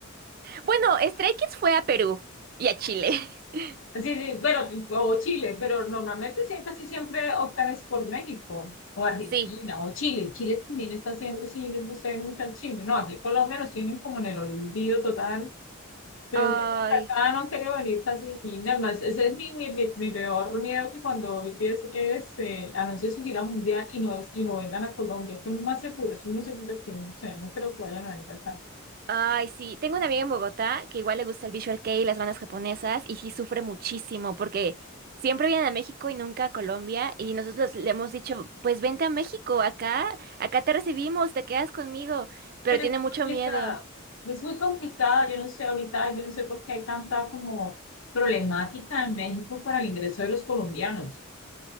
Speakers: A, on the right (about 45°); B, on the left (about 65°).
A: Bueno, Stray Kids fue a Perú y a Chile. <laughs>
B: Sí, sí, bueno, pues, o Chile, pero normalmente siempre, casi siempre optan es por México, o Argentina,
A: Sí.
B: o Chile. Chile también está haciendo, sí, les gusta mucho al Chile. No, aquí en Colombia nos tienen como en el olvido total. Creo
A: Ay,
B: que para acá no han querido venir casi ni nada más. Ese es mi, mi, mi, mi peor miedo que cuando BTS este, anuncie su gira mundial y no, y no vengan a Colombia, que es lo más seguro, es muy seguro que no sé, no creo que vayan a venir acá.
A: Ay, sí, tengo una amiga en Bogotá que igual le gusta el Visual Kei y las bandas japonesas y sí sufre muchísimo porque siempre vienen a México y nunca a Colombia y nosotros le hemos dicho, pues vente a México, acá, acá te recibimos, te quedas conmigo, pero
B: Pero
A: tiene
B: es muy
A: mucho
B: complicado,
A: miedo.
B: es muy complicado, yo no sé ahorita, yo no sé por qué hay tanta como problemática en México para el ingreso de los colombianos.